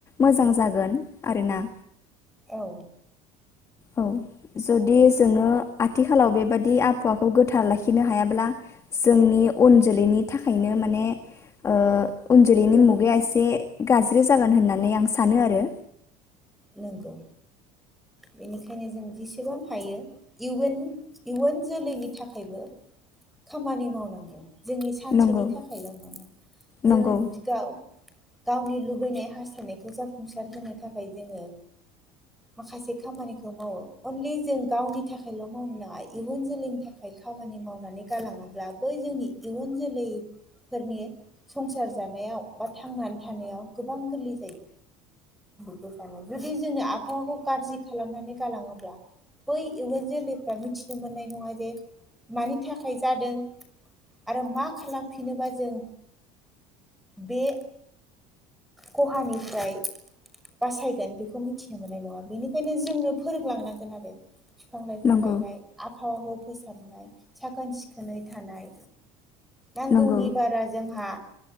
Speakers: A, on the left; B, in the centre.
A: मोजां जागोन आरोना।
B: औ
A: औ जुदि जोङो आथिखालाव बेबादि आबहावाखौ गोथार लाखिनो हायाब्ला जोंनि उन जोलैनि थाखायनो माने ओ उन जोलैनि
B: गोबां
A: मुगाया एसे गाज्रि जागोन होननानै आं सानो आरो।
B: नंगौ बेनिखायनो जों जेसेबां हायो इयुन इयुन जोलैनि थाखायबो खामानि मावनांगौ। जोंनि सानसेनि
A: नंगौ
B: थाखायल नङा जोङो
A: नंगौ
B: दिगाव गावनि लुबैनाय हास्थायनायखौ जाफुंसार होनो थाखाय जोङो माखासे खामानिखौ मावो अनलि जों गावनि थाखायल मावनो नाङा इयुन जोलैनि थाखाय खामानि मावनानै गालाङोब्ला बै जोंनि इयुन जोलैफोरनि संसार जानायाव बा थांनानै थानायाव गोबां गोरलै जायो <unintelligible> <unintelligible> जुदि जोंनो आबहावाखौ गाज्रि खालामनानै गालाङोब्ला बै इयुन जोलैफ्रा मिथिनो मोननाय नङा जे मानि थाखाय जादों आरो मा खालामफिनोबा जों बे खहानिफ्राय बासायगोन बेखौ मिथिनो मोननाय नङा बेनिखायनो जोंनो फोरोंलांनांगोन आरो। फिफां लाइफां
A: नंगौ
B: गायनाय आबहावाखौ फोसाबनाय साखोन सिखोनै थानाय। नांगौनि
A: नंगौ
B: बारा जोंहा